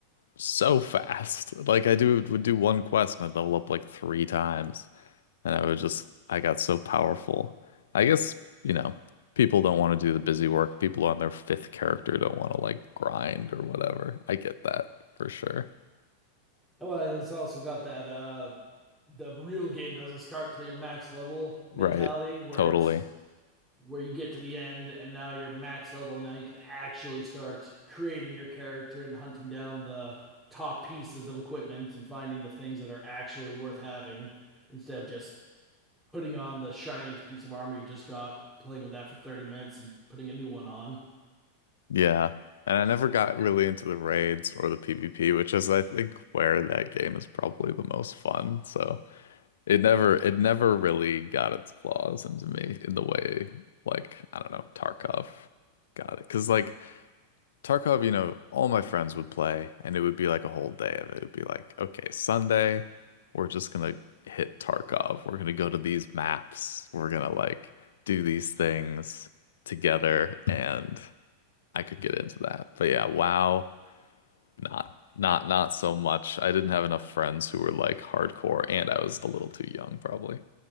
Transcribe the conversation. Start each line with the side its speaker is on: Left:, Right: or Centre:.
Left: so fast. <laughs> Like I do would do one quest and I'd level up like three times. And I was just I got so powerful. I guess, you know, people don't want to do the busy work. People on their fifth character don't want to like grind or whatever. I get that for sure.
Centre: Oh, and it's also got that uh the real game doesn't start till your max level mentality
Left: Right.
Centre: where
Left: Totally.
Centre: it's where you get to the end and now you're max level now you can actually start creating your character and hunting down the top pieces of equipment and finding the things that are actually worth having instead of just putting on the shiniest piece of armor you just got playing with that for 30 minutes and putting a new one on
Left: Yeah. And I never got really into the raids or the PvP, which is I think where that game is probably the most fun. So it never it never really got its claws into me in the way like, I don't know, Tarkov got it. 'Cause like Tarkov, you know, all my friends would play and it would be like a whole day of it. It would be like, okay, Sunday, we're just gonna hit Tarkov. We're gonna go to these maps. We're gonna like do these things together and I could get into that. But yeah, WoW, not not not so much. I didn't have enough friends who were like hardcore, and I was a little too young, probably.